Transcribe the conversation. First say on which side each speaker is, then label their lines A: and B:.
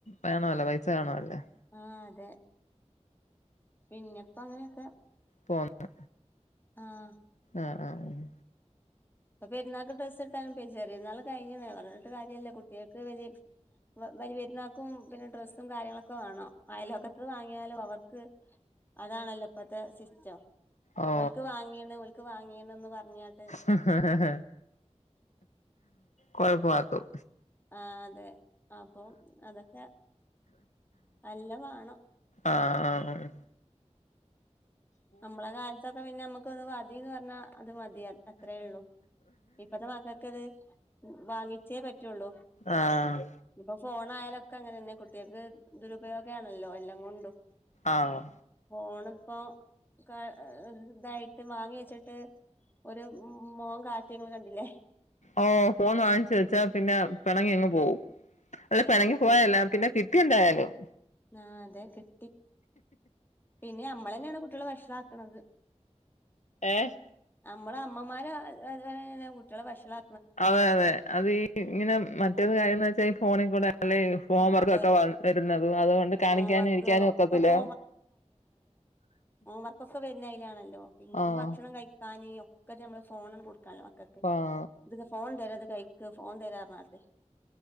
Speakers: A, on the left; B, on the left.
A: വേണവല്ലോ പൈസ വേണ വല്ലോ
B: ആഹ് അതെ പിന്നെപ്പൊ അങ്ങനെയൊക്കെ
A: പോന്ന്
B: ആഹ്
A: ആഹ് ആഹ് ആഹ്
B: ഇപ്പൊ പെരുന്നാൾക്ക് ഡ്രസ്സ് എടുത്താലും പെ ചെറിയര്ന്നാൾ കയിഞ്ഞേ പറഞ്ഞിട്ട് കാര്യല്ല കുട്ടിയക്ക് വലിയ വലി പെരുന്നാക്കും പിന്നെ ഡ്രസ്സും കാര്യങ്ങളൊക്കെ വേണം അയലോക്കത്ത് വാങ്ങിയാലും അവർക്ക് അതാണല്ലോ ഇപ്പത്തെ സിസ്റ്റം
A: ആ ഓ
B: ഓൽക്ക് വാങ്ങീണ് ഓൽക്ക് വാങ്ങീണ് ന്ന് പറഞ്ഞാൻട്ട്
A: ഹ ഹ ഹ കൊഴപ്പാക്കും
B: ആഹ് അതെ അപ്പം അതൊക്കെ നല്ല വാണം
A: ആഹ് ആഹ് ആഹ്
B: നമ്മളെ കാലത്തൊക്കെ പിന്നെ നമ്മക്ക് മതീന്ന് പറഞ്ഞാ അത് മതിയാർന്നു അത്രേള്ളൂ ഇപ്പത്തെ മക്കക്കത് വാങ്ങിച്ചേ പറ്റുള്ളൂ
A: ആഹ്
B: ഇനി ഇപ്പൊ ഫോൺ ആയാലൊക്കെ അങ്ങനന്നെ കുട്ടിയാക്ക് ദുരുപയോഗ ആണല്ലോ എല്ലം കൊണ്ടും
A: ആഹ്
B: ഫോണ് ഇപ്പോ ക്കെ ഇതായിട്ട് വാങ്ങി വെച്ചിട്ട് ഒരു മോൻ കാട്ടിയെങ്ങള് കണ്ടില്ലേ
A: ഓഹ് ഫോൺ വാങ്ങിച്ച് വെച്ചാ പിന്നാ പെണങ്ങി അങ്ങ് പോകും അല്ല പിണങ്ങി
B: പോയി
A: പോയല്ല
B: ബിൽഡ്
A: പിന്നെ കിട്ടി എന്തായാലും
B: ആ അതെ കിട്ടി പിന്നെ അമ്മളന്നെയാണ് കുട്ടിയാള വഷളാക്ക്ണത്
A: ഏഹ്
B: നമ്മള് അമ്മമാര് കുട്ടിയാള വഷളാ
A: അതെ അതെ അത് ഈ ഇങ്ങനെ മറ്റേത് കാര്യംന്ന് വെച്ചാ ഫോണിൽ കൂടെ അല്ലേ ഹോം
B: ആ
A: വർക്ക്
B: അതെ
A: ഒക്കെ വ വരുന്നത് അതുകൊണ്ട് കാണിക്കാനും
B: ഹോംവർക്ക്
A: ഇരിക്കാനും
B: ഒക്കെ
A: ഒക്കത്തില്ല
B: ഇപ്പോ ഹോംവർക്കൊക്കെ വര്ണ അയ്ലാണല്ലോ പിന്നെപ്പോ
A: ആഹ്
B: ഭക്ഷണം കഴിക്കാന് ഒ - ക്കത്തിനും നമ്മള് ഫോണണ് കൊടുക്കാല്ലോ മക്കക്ക്
A: ആഹ്
B: ഇത് ഫോൺ തരാത് കൈക്ക് ഫോൺ തരാന്നർഞ്കാട്ട്